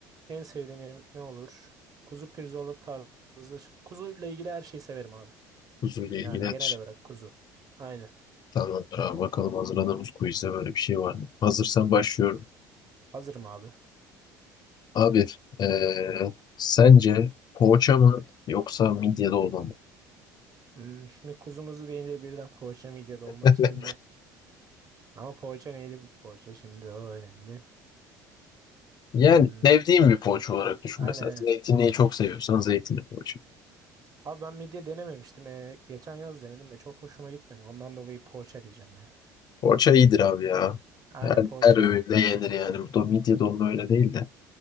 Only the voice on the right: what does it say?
en sevdiğim yemek ne olur? Kuzu pirzola tarzı. Kuzuyla ilgili her şeyi severim abi.
Yani genel olarak kuzu. Aynen.
Hazırım abi.
Hmm, şimdi kuzumuzu deyince birden poğaça midye dolma
çıkınca. Ama poğaça neydi bu poğaça şimdi o önemli.
Hmm,
aynen
aynen.
Abi ben midye denememiştim. Ee, geçen yaz denedim de çok hoşuma gitmedi. Ondan dolayı poğaça diyeceğim ya.
Aynen
poğaça.